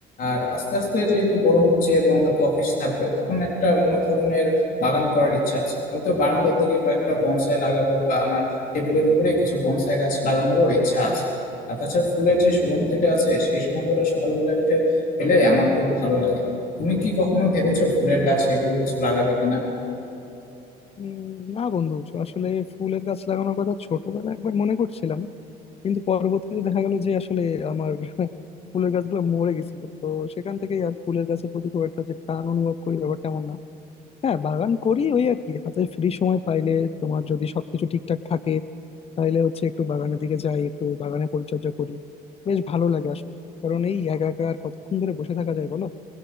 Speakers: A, on the left; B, on the left.
A: আর আস্তে আস্তে যেহেতু বড় হচ্ছে এবং হয়তো অফিস থাকবে তখন একটা অন্য ধরনের বাগান করার ইচ্ছা আছে হয়তো বারান্দার দিকে কয়েকটা বনসাই লাগাবো বা আমার টেবিলের উপরে কিছু বনসাই গাছ লাগানোরও ইচ্ছা আছে আর তাছাড়া ফুলের যে সুগন্ধিটা আছে সেই সুগন্ধটা সকালবেলায় উঠে পেলে আমার খুব ভালো লাগে তুমি কি কখনো ভেবেছো ফুলের গাছ এগুলো কিছু লাগাবে কিনা
B: উম, না বন্ধু আসলে ফুলের গাছ লাগানোর কথা ছোটবেলায় একবার মনে করছিলাম কিন্তু পরবর্তীতে দেখা গেল যে আসলে আমার <laughs> ফুলের গাছগুলো মরে গেছিল তো সেখান থেকেই আর ফুলের গাছের প্রতি খুব একটা যে টান অনুভব করি ব্যাপারটা এমন না হ্যাঁ বাগান করি ওই আর কি হাতে ফ্রি সময় পাইলে তোমার যদি সবকিছু ঠিকঠাক থাকে তাহলে হচ্ছে একটু বাগানের দিকে যাই একটু বাগানে পরিচর্যা করি বেশ ভালো লাগে আসলে কারণ এই একা একা আর কতক্ষণ ধরে বসে থাকা যায় বলো